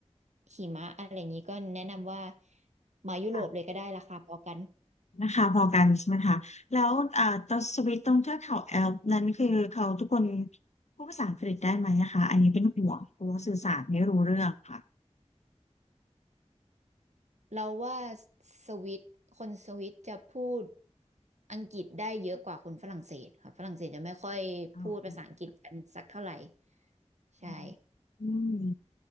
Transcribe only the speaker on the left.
ค่ะนะคะพอกันใช่ไหมคะแล้วเอ่อตอนสวิตตรงเทือกเขาแอลป์นั้นคือเขาทุกคนพูดภาษาอังกฤษได้ไหมนะคะอันนี้เป็นห่วงกลัวสื่อสารไม่รู้เรื่องค่ะ
อ๋อ
อืมอืม